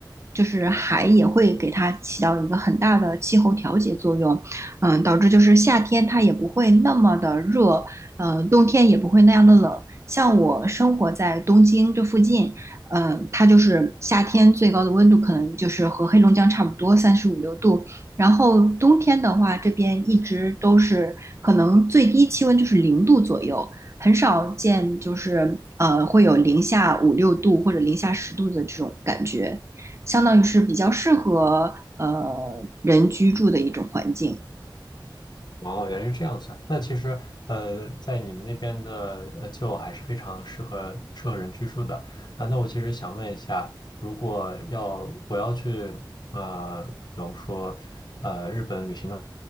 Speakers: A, on the right (about 35°); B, on the left (about 60°).
A: 就是海也会给它起到一个很大的气候调节作用，嗯、呃导致就是夏天它也不会那么的热，呃，冬天也不会那样的冷。像我生活在东京这附近，嗯、呃它就是夏天最高的温度可能就是和黑龙江差不多，三十五六度。然后冬天的话，这边一直都是可能最低气温就是零度左右，很少见，就是呃会有零下五六度或者零下十度的这种感觉，相当于是比较适合呃人居住的一种环境。
B: 哦，原来是这样子啊那其实，呃，在你们那边的呃旧还是非常适合适合人居住的啊。那我其实想问一下，如果要我要去呃，比方说呃日本旅行的